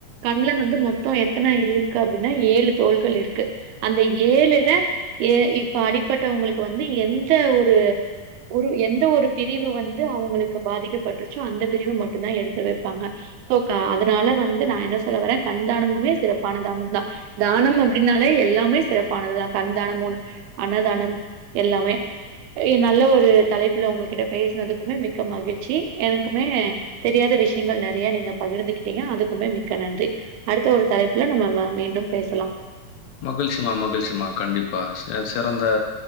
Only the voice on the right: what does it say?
கண்ல வ ந்து மொத்தோ எத்தன இருக்கு அப்டினா ஏழு தோள்கள் இருக்கு அந்த ஏழுல ஏ இப்ப அடிப்பட்டவங்ளுக்கு வந்து எந்த ஒரு ஒரு எந்த ஒரு பிரிவு வந்து அவுங்ளுக்கு பாதிக்கப்பட்டுருச்சோ அந்த பிரிவு மட்டுந்தா எடுத்து வெப்பாங்க இப்போ அதனால வந்து நா என்ன சொல்ல வர்றே கண் தானமுமே சிறப்பான தானம் தா தானம் அப்டினாலே எல்லாமே சிறப்பானதுதா கண் தானம் அன்னதானம் எல்லாமே எ நல்ல ஒரு தலைப்புல உங்ககிட்ட பேசனதுக்குமே மிக்க மகிழ்ச்சி எனக்குமே தெரியாத விஷ்யங்கள் நெறைய நீங்க பகிர்ந்துகிட்டிங்க அதுக்குமே மிக்க நன்றி அடுத்த ஒரு தலைப்புல நம்ம மீண்டும் பேசலா